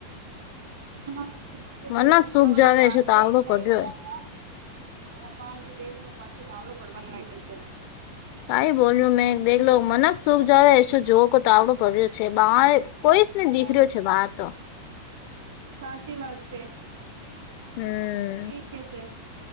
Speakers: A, on the right (about 65°); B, on the left (about 45°).
A: થોડા ઘણા સુબે સુબે
B: મનક
A: દે થોડા
B: સુખ
A: ઘણા
B: જાવે
A: વાદલા
B: શું તાવડો
A: થઈ
B: પડ્યો
A: ગયા હતા. ઓર અબાર તું દેવ ન પાછો તાઆવડો પડવા લાગ્યો છે.
B: કાઈ બોલ્યું મેં દેલો મનક સુખ જાવ એસો જોર કો તાવડો. પડ્યો છે બહર
A: હા
B: કોઈસ ને
A: સાચ
B: દીખર્યો છે બાહર તો
A: સાચી વાત છે.
B: હમ.
A: ઠિક કે છે.